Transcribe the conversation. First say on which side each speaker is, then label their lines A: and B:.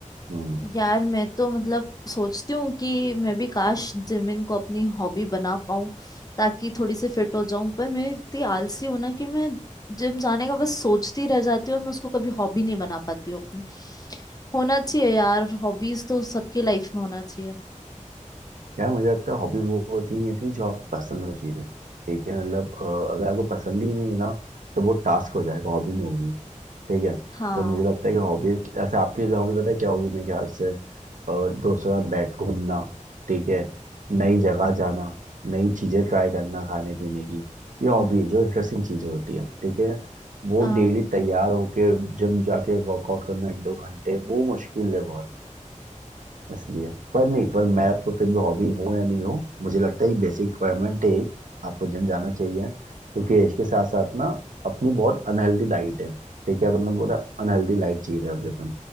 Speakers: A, on the right; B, on the left.
A: हम्म
B: यार मैं तो मतलब सोचती हूँ कि मैं भी काश जिमिंग को अपनी हॉबी बना पाऊँ ताकि थोड़ी सी फिट हो जाऊं पर मैं इतनी आलसी हूं ना कि मैं जिम जाने का बस सोचती रह जाती हूँ और मैं उसको कभी हॉबी नहीं बना पाती हूँ अपनी होना चाहिए यार हॉबीज तो सबकी लाइफ में होना चाहिए
A: यार मुझे लगता है हॉबी वो होती नहीं होती जो आपको पसंद हो चीज़ें ठीक है मतलब अ, अगर आपको पसंद ही नहीं है ना तो वो टास्क हो जाएगा हॉबी नहीं होगी ठीक है
B: हाँ
A: तो मुझे लगता है कि हॉबी ऐसे आपकी हॉबी पता है क्या होगी मेरे ख्याल से अ, दोस्तों के साथ बैठ घूमना ठीक है नई जगह जाना नई चीज़ें ट्राई करना खाने पीने की ये हॉबी
B: हम्म
A: है जो इंटरेस्टिंग चीज़ें होती है ठीक है वो
B: हाँ
A: डेली तैयार होके जिम जाके वर्कआउट करना एक दो घंटे वो मुश्किल है बहुत इसलिए पर नहीं पर मैं आपको फिर भी हॉबी हो या नहीं हो मुझे लगता है ये बेसिक रिक्वायरमेंट है एक आपको जिम जाना चाहिए क्योंकि इसके साथ साथ ना अपनी बहुत अनहेल्दी डाइट है ठीक है मतलब बहुत अनहेल्दी लाइफ जी रहे हैं अभी अपन